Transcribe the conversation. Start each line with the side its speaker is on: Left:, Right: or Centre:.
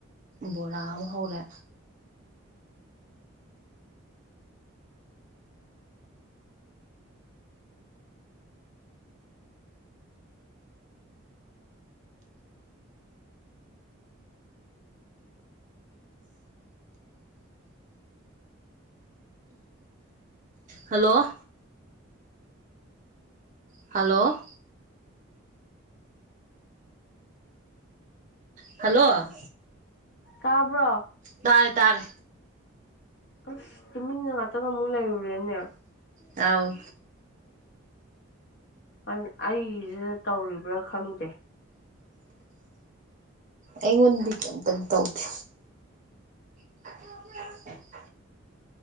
Right: ꯕꯣꯔꯥ ꯑꯃ ꯍꯧꯔꯦ ꯍꯜꯂꯣ ꯍꯜꯂꯣ ꯍꯜꯂꯣ
Left: ꯀꯥꯕ꯭ꯔꯣ
Right: ꯇꯥꯔꯦ ꯇꯥꯔꯦ
Left: ꯑꯁ ꯇꯨꯃꯤꯟꯅ ꯉꯥꯛꯇꯡ ꯑꯃꯨꯛ ꯂꯩꯏꯔꯨꯔꯦꯅ
Right: ꯑꯥꯎ
Left: ꯑꯩ ꯑꯩꯒꯤꯁꯤꯗ ꯇꯧꯔꯤꯕ꯭ꯔꯥ ꯈꯪꯗꯦ
Right: ꯑꯩꯉꯣꯟꯗꯤ ꯀꯩꯝꯇ ꯇꯧꯗꯦ ꯑꯗꯨ ꯅꯣꯏ ꯀꯩ ꯗꯧꯒꯦ